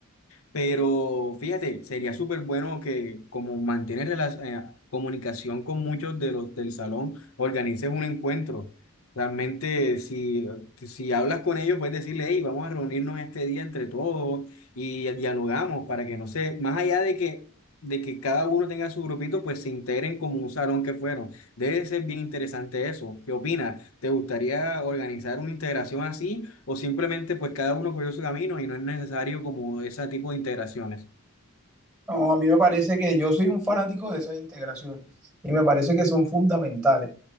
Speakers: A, on the left; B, in the centre.
A: pero fíjate, sería súper bueno que como mantener rela- eh, comunicación con muchos de los del salón, organices un encuentro. Realmente, si, si hablas con ellos, puedes decirle, hey, vamos a reunirnos este día entre todos y dialogamos para que, no sé, más allá de que, de que cada uno tenga su grupito, pues se integren como un salón que fueron. Debe ser bien interesante eso. ¿Qué opinas? ¿Te gustaría organizar una integración así? o simplemente pues cada uno cogió su camino y no es necesario como ese tipo de integraciones.
B: No, a mí me parece que yo soy un fanático de esas integraciones y me parece que son fundamentales